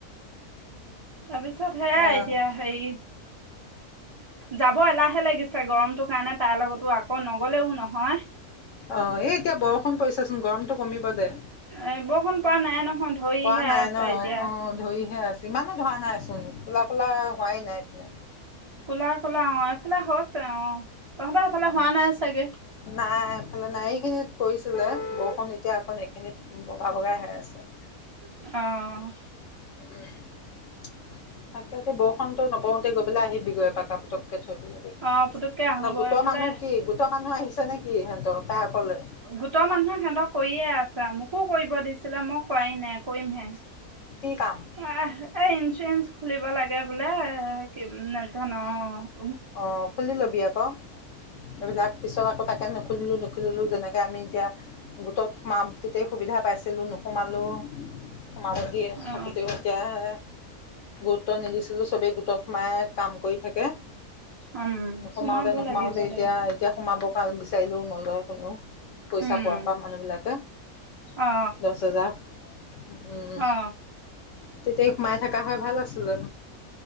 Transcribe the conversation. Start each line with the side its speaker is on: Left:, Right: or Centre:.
Right: তাৰপিছত সেয়াই
Left: আহ
Right: এতিয়া হেৰি যাব এলাহে লাগিছে গৰমটো কাৰণে তাইৰ লগতো আকৌ নগলেও নহয়।
Left: অ এই এতিয়া বৰষুণ পৰিছোচোন গৰমতটো কমিব দে।
Right: এ বৰষুণ পৰা নাই নহয় ধৰিহে
Left: পৰা নাই
Right: আছে
Left: ন
Right: এতিয়া।
Left: অ ধৰিহে আছে, ইমানো ধৰা নাইচোন ক'লা ক'লা হোৱাই নাই।
Right: ক'লা ক'লা অ এইফালে হৈছে অ। তহঁতৰ সেইফালে
Left: অ
Right: হোৱা নাই চাগে
Left: নাই, এইফালে নাই এইখিনিত পৰিছিলে বৰষুণ এতিয়া অকণ এইখিনিত বগা বগাই হৈ আছে।
Right: অহ।
Left: <unintelligible> তাকে এতি বৰষুটো নপওঁতে গৈ পেলে আহিবি গৈ এপাক আও পতকে থৈ পেলাই
Right: অ পুতুকে আহো
Left: ন
Right: গৈ
Left: গোটৰ
Right: এইফালে
Left: মানুহ কি গোটৰ মানুহ আহিছে নেকি ইহঁতৰ তাই অকলে
Right: গোটৰ মানুহে সিহঁতক কৰিয়ে আছে, মোকো কৰিব দিছিলে মই কৰাই নাই কৰিমহে।
Left: কি কাম
Right: আহ এ ইঞ্চুৰেঞ্চ খুলিব লাগে বোলে এ কি না ধন অ।
Left: অ খুলি লবি আকৌ এইবিলাক পিছত আকৌ তাক কে নুুখুলিলো নুুখুলিলো যেনেকে আমি এতিয়া গোটত সোমাম তেতিয়াই সুবিধা পাইছিলো নোসোমালো সোমাব দিয়ে
Right: অ
Left: থাকোঁতেও এতিয়াহে গুৰুত্ব নিদিছিলোঁ চবেই গোটত সোমাই কাম কৰি থাকে।
Right: উম
Left: নোসোমাওঁতে
Right: সোমাব
Left: নোসোমাওঁতে
Right: লাগিব
Left: এতিয়া
Right: দে
Left: এতিয়া সোমাব কা বিচাৰিলেও নলয় কোনেও। পইচা
Right: উম
Left: পোৱাৰ পৰা মানুহবিলাকে,
Right: অ
Left: দহ হেজাৰ। উম
Right: অ
Left: তেতিয়াই সোমাই থকা হৈ ভাল আছিলে।